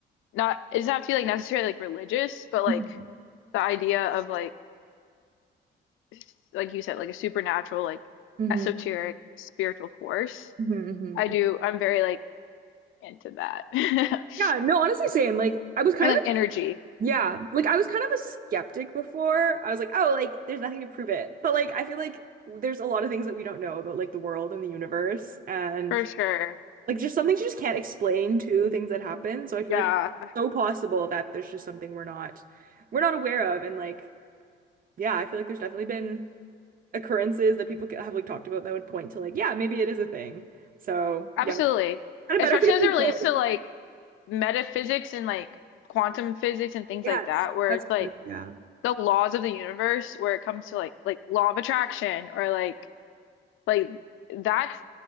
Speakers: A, on the left; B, on the right.
A: not it doesn't have to be like necessarily like religious, but like
B: Mhm,
A: the idea of like s- like you said, like a supernatural, like
B: mhm,
A: esoteric spiritual force.
B: mhm, mhm.
A: I do I'm very like into that. <laughs>
B: Yeah, no, honestly same. Like I was kind
A: And like
B: of
A: energy,
B: yeah, like I was kind of a skeptic before. I was like, oh, like there's nothing to prove it. But like I feel like there's a lot of things that we don't know about like the world and the universe and
A: for sure.
B: Like just some things you just can't explain to things that happen. So I
A: Yeah,
B: feel like it's so possible that there's just something we're not we're not aware of. And like, yeah, I feel like there's definitely been occurrences that people have like talked about that would point to like, yeah, maybe it is a thing. So
A: absolutely.
B: yeah, kind of
A: Especially
B: better safe
A: as
B: than
A: it relates
B: sorry.
A: to like metaphysics and like quantum physics and things
B: Yes,
A: like that, where
B: that's
A: it's like
B: true. Yeah.
A: the laws of the universe, where it comes to like like law of attraction or like like that's